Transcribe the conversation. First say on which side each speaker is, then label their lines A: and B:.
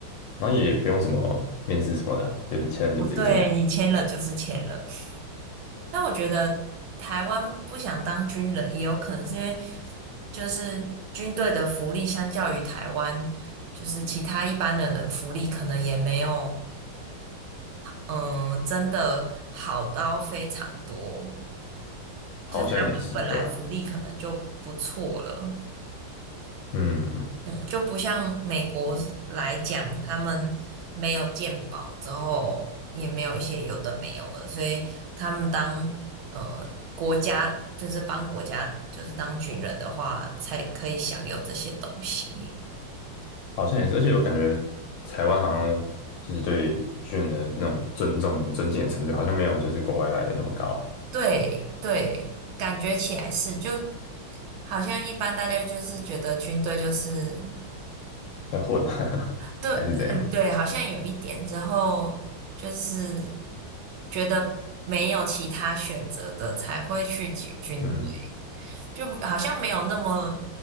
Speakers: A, on the left; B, on the right.
A: 然后也不用什么面试什么的啊就你签了就直接进来，
B: 哦，对你签了就是签了。但我觉得台湾不想当军人，也有可能是因为就是军队的福利相较于台湾，就是其他一般的人的福利可能也没有，嗯，真的好到非常多。
A: 好像也是，
B: 就是台湾本来福利可能就不错了。
A: 对啊，嗯，
B: 嗯，就不像美国来讲，他们没有健保之后，也没有一些有的没有的，所以他们当呃国家就是帮国家就是当军人的话，才可以享有这些东西。
A: 好像也是，而且我感觉台湾好像就是对军人的那种尊重、尊敬的程度，好像没有就是国外来的那么高啊
B: 对对，感觉起来是，就好像一般大家就是觉得军队就是。
A: 在混啊，<laughs>
B: 对，
A: 还是怎样？
B: 嗯，对，好像有一点，之后就是觉得没有其他选择的才会去军军队，
A: 嗯，
B: 就好像没有那么